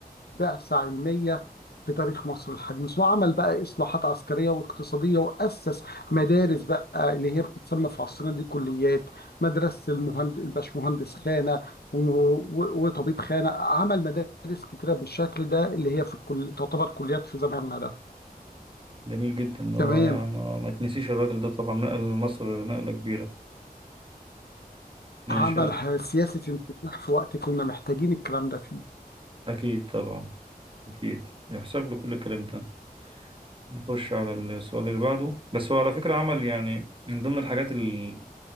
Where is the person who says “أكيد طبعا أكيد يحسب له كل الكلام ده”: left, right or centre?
Right